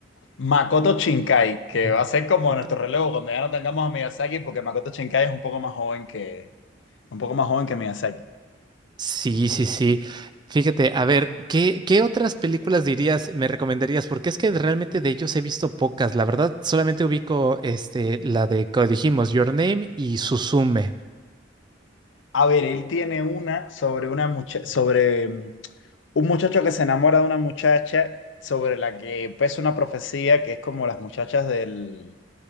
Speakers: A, on the left; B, on the right.
A: Makoto Shinkai, que
B: Makoto.
A: va a ser como nuestro relevo cuando ya no tengamos a Miyazaki, porque Makoto Shinkai es un poco más joven que, un poco más joven que Miyazaki.
B: Sí, sí, sí. Fíjate, a ver, ¿qué, qué otras películas dirías, me recomendarías? Porque es que realmente de ellos he visto pocas. La verdad, solamente ubico este, la de, como dijimos, Your Name y Suzume.
A: A ver, él tiene una sobre una mucha- sobre mm, un muchacho que se enamora de una muchacha sobre la que pesa una profecía que es como las muchachas del,